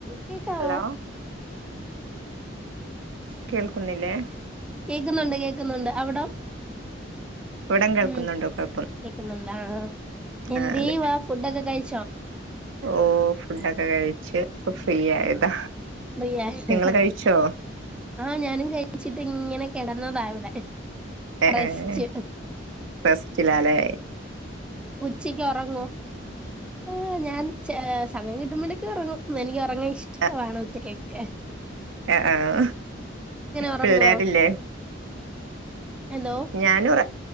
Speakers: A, in the centre; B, on the right (about 80°).
A: കേൾക്കാവോ
B: ഹലോ കേൾക്കുന്നില്ലേ
A: കേൾക്കുന്നുണ്ട് കേൾക്കുന്നുണ്ട് അവിടോ
B: ഇവിടം കേൾക്കുന്നുണ്ടോ
A: ഉം
B: കൊഴപ്പം
A: കേക്കുന്നുണ്ട് അ അ എന്തേവ
B: ആ അതെ
A: ഫുഡ ക്കെ കഴി
B: ഓ ഫുഡൊക്കെ കഴിച്ച് ഇപ്പ ഫ്രീ ആയതാ
A: ഫ്രീ ആയതോ
B: നിങ്ങള് കഴിച്ചോ
A: ആ ഞാനും കഴിച്ചിട്ട് ഇങ്ങനെ കിടന്നത ഇവിടെ
B: ഏ
A: റസ്റ്റ്
B: ഏ റെസ്റ്റിലാല്ലേ
A: ഉച്ചക്ക് ഉറങ്ങോ ആ ഞാൻ സമയം കിട്ടുമ്പോടെ എനി ഉറങ്ങും എനിക്ക് ഉറങ്ങാൻ ഇഷ്ടവാണ്
B: ആ
A: കേക്ക
B: ആ ആഹ്
A: ഉറങ്ങോ
B: പിള്ളാരില്ലേ
A: എന്തോ
B: ഞാനുറ